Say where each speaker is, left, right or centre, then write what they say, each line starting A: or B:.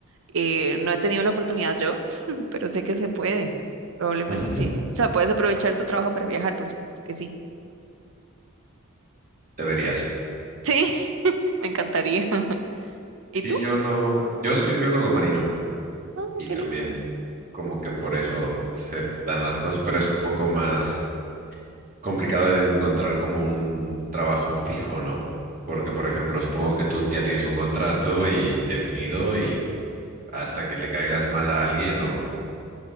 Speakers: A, on the right (about 65°); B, on the right (about 40°).
A: Eh, no he tenido la oportunidad yo, <laughs> pero sé que se puede. Probablemente
B: <laughs>
A: sí. O sea, puedes aprovechar tu trabajo para viajar, por supuesto que sí.
B: Deberías.
A: Sí, <laughs> me encantaría.
B: Sí,
A: ¿Y tú?
B: yo no. Yo soy biólogo marino
A: Ay,
B: y
A: qué
B: también
A: lindo.
B: como que por eso se dan las cosas, pero es un poco más complicado de encontrar como un trabajo fijo, ¿no? Porque, por ejemplo, supongo que tú ya tienes un contrato y indefinido y hasta que le caigas mal a alguien o